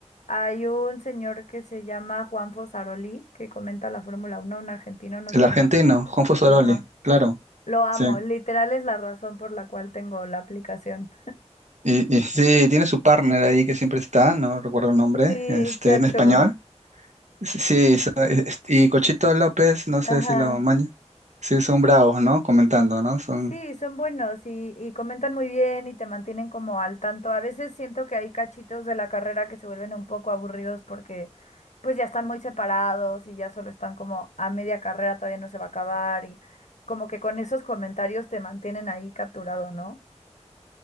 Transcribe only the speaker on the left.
hay un señor que se llama Juan Fosaroli, que comenta la Fórmula Uno un argentino, no
sé
si lo conoces.
Ajá.
Lo amo,
literal es la razón por la cual tengo la aplicación.
Sí,
chacho.
Ajá.
Sí, son buenos y, y comentan muy bien y te mantienen como al tanto. A veces siento que hay cachitos de la carrera que se vuelven un poco aburridos porque pues ya están muy separados y ya solo están como a media carrera, todavía no se va a acabar y como que con esos comentarios te mantienen ahí capturado, ¿no?